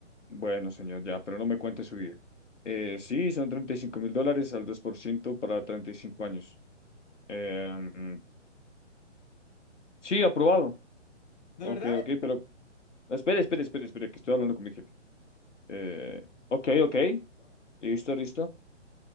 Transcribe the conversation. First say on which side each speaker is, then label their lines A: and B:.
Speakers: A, on the left; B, on the left.
A: Bueno, señor, ya, pero no me cuente su vida. Eh, sí, son treinta y cinco mil dólares al 2% para 35 años. Em, sí, aprobado.
B: ¿De
A: Ok,
B: verdad?
A: ok, pero espere, espere, espere, espere, que estoy hablando con mi jefe. Eh, ok, ok,
B: Fuck.
A: listo, listo.